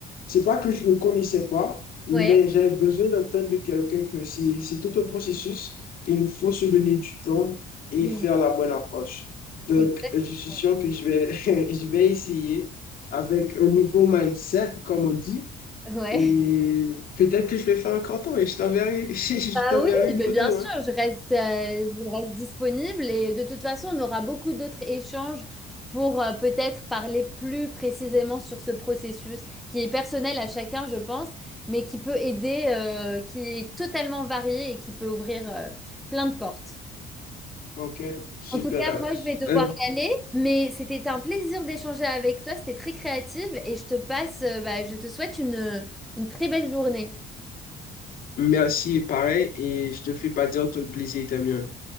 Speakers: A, on the left; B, in the centre.
A: c'est pas que je ne connaissais pas, mais
B: Ouais.
A: j'avais besoin d'entendre de quelqu'un que c'est, c'est tout un processus et il faut se donner du temps et
B: Oui.
A: faire la bonne approche. Donc,
B: Exactement.
A: je suis sûr que je vais, <laughs> je vais essayer avec un nouveau mindset, comme on dit
B: Ouais.
A: et peut-être que je vais faire un canton et je t'enverrai, <laughs> je
B: Bah
A: t'enverrai
B: oui,
A: une
B: mais
A: photo,
B: bien sûr,
A: hein.
B: je reste, euh, je reste disponible et de toute façon, on aura beaucoup d'autres échanges pour euh, peut-être parler plus précisément sur ce processus qui est personnel à chacun, je pense, mais qui peut aider, euh, qui est totalement varié et qui peut ouvrir, euh, plein de portes.
A: Ok, super.
B: En tout cas, moi, je vais devoir
A: Euh,
B: y aller, mais c'était un plaisir d'échanger avec toi. C'était très créative, et je te passe, euh, bah, je te souhaite une, une très belle journée.
A: merci, pareil, et je te le fais pas dire, tout le plaisir était mien.